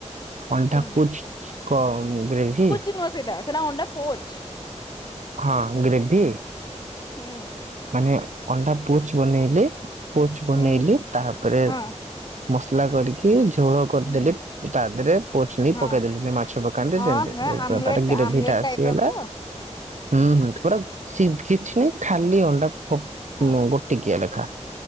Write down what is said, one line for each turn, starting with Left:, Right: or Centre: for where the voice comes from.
Right: ଅଣ୍ଡା
Left: କଣ?
Right: ପୁଚ୍ କ ଗ୍ରେଭି।
Left: ନ ସେଇଟା। ସେଟା ଅଣ୍ଡା ପୋଚ୍।
Right: ହଁ ଗ୍ରେଭି।
Left: ହୁଁ।
Right: ମାନେ ଅଣ୍ଡା ପୋଚ୍ ବନେଇଲେ ପୁଚ୍ ବନେଇଲି।
Left: ହୁଁ
Right: ତାପରେ
Left: ହଁ
Right: ମସଲା କରିକି ଝୋଳ କରିଦେଲି।
Left: ହୁଁ
Right: ତା ଦେହରେ ପୋଚ ନେଇ
Left: ହଁ
Right: ପକେଇଦେଲି ଯେ ମାଛ ପକାନ୍ତି
Left: ହଁ
Right: ସେମିତି
Left: ହଁ ଆମଲେଟ
Right: ତାର ଗ୍ରେଭି
Left: ଆମଲେଟ
Right: ଟା
Left: ଟାଇପ
Right: ଆସିଗଲା।
Left: ର ତ
Right: ହୁଁ ହୁଁ ପୁରା ଶିଭିଛି ଖାଲି ଅଣ୍ଡା ଗ
Left: ହଁ
Right: ଗ ଟିକିଏ ଲେଖା